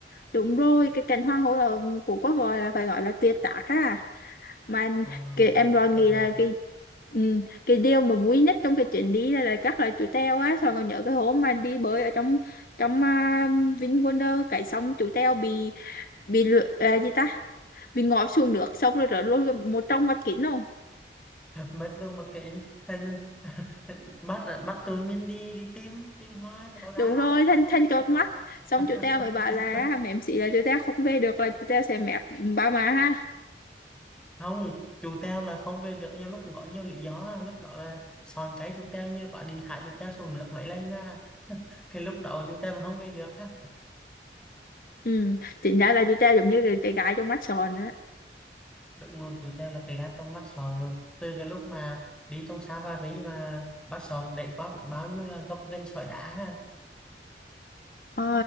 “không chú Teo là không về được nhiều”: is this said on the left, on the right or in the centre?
Centre